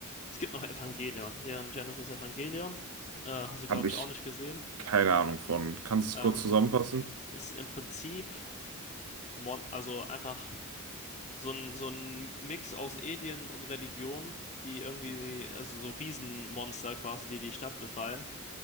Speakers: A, on the left; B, on the right.
A: Es gibt noch Evangelion. Neon Genesis Evangelion. Äh, hast du,
B: Habe
A: glaube
B: ich
A: ich, auch nicht gesehen.
B: keine Ahnung von. Kannst du es
A: Ähm,
B: kurz zusammenfassen?
A: ist im Prinzip, mon also einfach so ein, so ein Mix aus Alien und Religion, die irgendwie, also so Riesenmonster quasi, die die Stadt befallen.